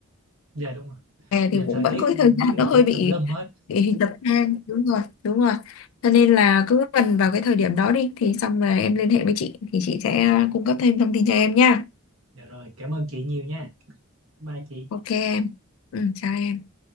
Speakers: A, on the right; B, on the left.
A: dạ đúng rồi
B: hè
A: giờ
B: thì cũng
A: thời
B: vẫn
A: tiết
B: có cái thời
A: biến
B: gian
A: đổi
B: nó hơi bị,
A: tùm lum hết
B: bị dập than đúng rồi đúng rồi cho nên là cứ gần vào cái thời điểm đó đi thì xong rồi em liên hệ với chị thì chị sẽ cung cấp thêm thông tin cho em nha
A: dạ rồi cảm ơn chị nhiều nha bye chị
B: ok em ừ, chào em